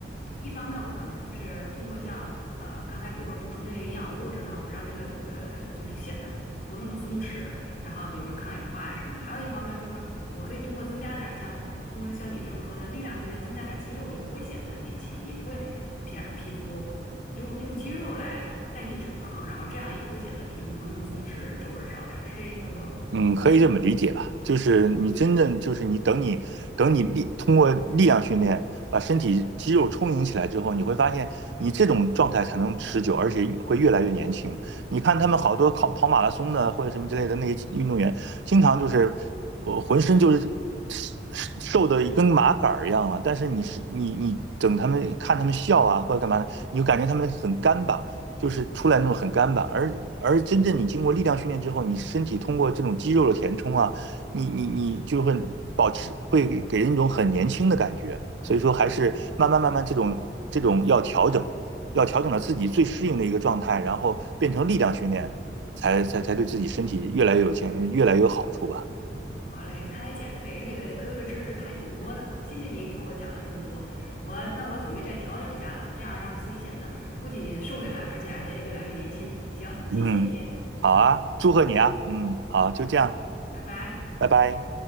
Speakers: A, on the left (about 50°); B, on the right (about 85°).
A: 一方面我可能就是通过像呃刚才比如说补充这些营养物质呢，我让这个呃就是显得不那么松弛，然后比如说抗氧化呀什么，还有一方面就是说我可以通过增加点儿像通过像你这种说的力量训练，增加点儿肌肉也会显得年轻，也会皮皮肤。用用肌肉来代替脂肪，然后这样也会显得皮肤不那么松弛，皱纹少点儿，是这意思不？
B: 嗯，可以这么理解吧，就是你真正就是你等你等你力通过力量训练把身体肌肉充盈起来之后，你会发现你这种状态才能持久，而且会越来越年轻。你看他们好多跑跑马拉松的或者什么之类的那些运动员，经常就是我浑身就是瘦瘦的跟麻杆儿一样了，但是你是你你等他们看他们笑啊或者干嘛的，你就感觉他们很干巴，就是出来那种很干巴，而而真正你经过力量训练之后，你身体通过这种肌肉的填充啊，你你你就会保持，会给人一种很年轻的感觉。所以说，还是慢慢慢慢这种这种要调整，要调整到自己最适应的一个状态，然后变成力量训练，才才才对自己身体越来越有健，越来越有好处吧。
A: 好嘞，看来减肥这个科学知识还挺多的，谢谢你给我讲了这么多，我那我准备再调整一下了，这样让自己显得不仅瘦下来，而且还得越来越年轻。行，谢谢你，
B: 嗯，好啊，祝贺你啊。嗯，好，就这样，
A: 拜拜。
B: 拜拜。